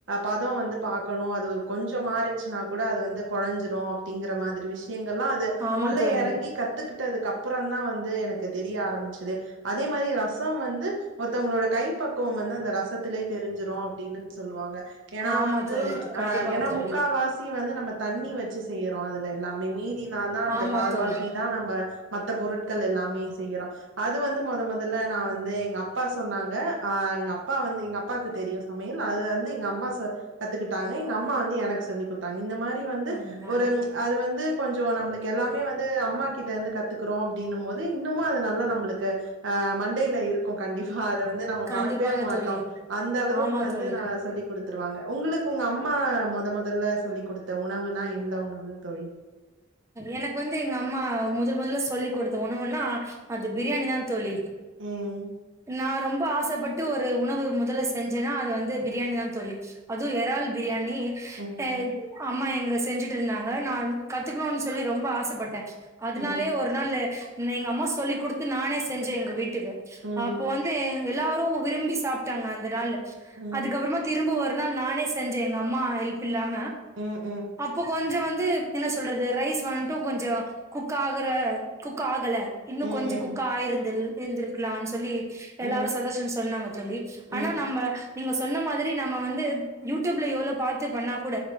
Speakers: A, on the right (about 70°); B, on the right (about 15°).
A: பதோ வந்து பாக் க்கணு அது கொஞ்சோ மாறிச்சுனா கூட அது வந்து குழைஞ்சிரு அப்டிங்கற மாதிரி விஷயங்கள்லா அது
B: ஆமா
A: உள்ள
B: தோழி
A: எறங்கி கத்துக்கிட்டதுக்கு அப்புறம்தா வந்து எனக்கு தெரிய ஆரம்பிச்சுது அதே மாரி ரசம் வந்து ஒருத்தவங்களோட கை பக்குவம் வந்து அந்த ரசத்திலயே தெரிஞ்சிரு அப்டின்னு சொல்லுவாங்க ஏன்னா
B: ஆமா
A: வந் ந்து
B: தோழி கண்டிப்பாக
A: ஆ ஏன்னா
B: தோழி
A: முக்காவா வாசி வந்து நம்ம தண்ணி வச்சு செய்யறோ அதுல எல்லாமே மீதி நாள் தா அந்த
B: ஆமா
A: கால்வாசி
B: தோழி
A: தா நம்ம மத்த பொருட்கள் எல்லாமே செய்யறோ அது வந்து மொத மொதல்ல நா வந்து எங்க அப்பா சொன்னாங்க ஆ எங்க அப்பா வந்து எங்க அப்பாக்கு தெரியு சமையல் அதுலந்து எங்க அம்மா ச கத்துக்கிட்டாங்க எங்க அம்மா வந்து எனக்கு சொல்லி கொடுத்தாங்க இந்த மாரி வந்து
B: ஆமா
A: ஒரு அது வந்து கொஞ்சோ நம்ளுக்கு எல்லாமே வந்து அம்மாக்கிட்டே இருந்து கத்துக்குறோ அப்டின்னும் போது இன்னமு அது நல்லா நம்ளுக்கு ஆ மண்டையில இருக் கு கண்டிப்பா அத வந்து நம்ம
B: கண்டிப்பாக
A: மறக்கவே மாட்டோ
B: தோழி
A: அந்த அளவுக்கு
B: ஆமா
A: வந்து
B: தோழி
A: நா சொல்லி கொடுத்துருவாங்க உங்களுக்கு உங்க அம்மா மொத மொதல்ல சொல்லி கொடுத்த உணவுனா எந்த உணவு தோழி
B: எனக்கு வந்து எங்க அம்மா முதல் முதல்ல சொல்லிக் கொடுத்த ஒணவுன்னா அது பிரியாணி தா தோழி
A: ம் ம்
B: நான் ரொம்ப ஆசப்பட்டு ஒரு உணவு முதல்ல செஞ்சேன்னா அது வந்து பிரியாணி தா தோழி அது எரால் பிரியாணி
A: ம்
B: அ அம்மா எங்கள செஞ்சுட்டு இருந்தாங்க நான் கத்துக்கணுனு சொல்லி ரொம்ப ஆசப்பட்டே அதுனாலே
A: ம்
B: ஒரு நாளு எங்க அம்மா சொல்லி கொடுத்து நானே செஞ்சே எங்க வீட் டுகு
A: ம்
B: அப்போ வந்து எல்லாரு விரும்பி சாப்ட்டாங்க அந்த ராலு
A: ம்
B: அதுக்கப்புறமா திரும்ப ஒரு நாள் நானே செஞ்சே எங்க அம்மா ஹெல்ப் இல்லாம
A: ம் ம்
B: அப்போ கொஞ்ச வந்து என்ன சொ என்ன சொல்றது ரைஸ் வந்துட்டும் கொஞ்சம் குக் ஆகுற குக் ஆகல இன்னும்
A: ம்
B: கொஞ்சம் குக்கா
A: ம்
B: ஆயிருந்த இருந்திருக்கலான்னு சொல்லி
A: ம்
B: எல்லாரும் சஜஷன் சொன்னாங்க தோழி ஆனா
A: ம்
B: நம்ம நீங்க சொன்ன மாதிரி நம்ம வந்து யூடியூப்ல எவ்ளோ பாத்து பண்ணா கூட